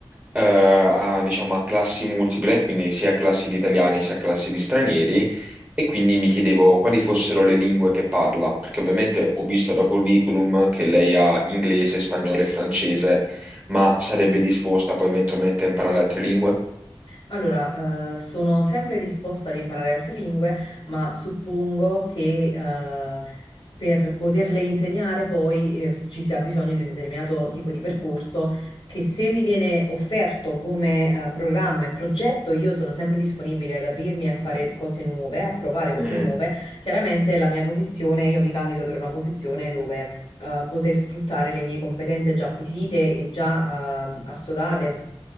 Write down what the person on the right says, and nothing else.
eh, a, diciamo, a classi multiple, quindi sia a classi di italiani sia a classi di stranieri, e quindi mi chiedevo quali fossero le lingue che parla, perché ovviamente ho visto da curriculum che lei ha inglese, spagnolo e francese, ma sarebbe disposta poi eventualmente a imparare altre lingue?
Mm,